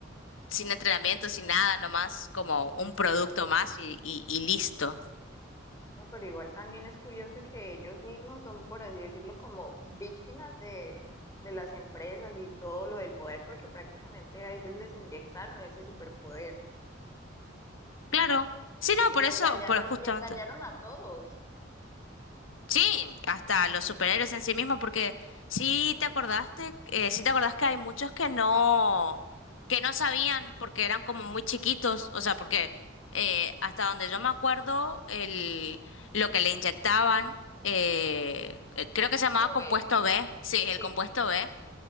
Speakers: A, on the left; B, on the left.
A: sin entrenamiento, sin nada, nomás como un
B: mm.
A: producto más
B: Sí,
A: y, y, y listo.
B: No, pero igual también es curioso que ellos mismos son, por así decirlo, como víctimas de, de las empresas y todo lo del poder, porque prácticamente a ellos les inyectaron ese superpoder
A: Claro. Sí, no,
B: y
A: por
B: engañaron,
A: eso, por justamente.
B: y engañaron a todos.
A: Sí, hasta los superhéroes en sí mismos, porque sí te acordaste, eh, sí te acordás que hay muchos que no, que no sabían porque eran como muy chiquitos, o sea, porque eh, hasta donde yo me acuerdo, el, lo que le inyectaban, eh, eh,
B: En compuesto
A: creo que se llamaba compuesto
B: B.
A: B, sí, el
B: Sí,
A: compuesto
B: sí, sí.
A: B,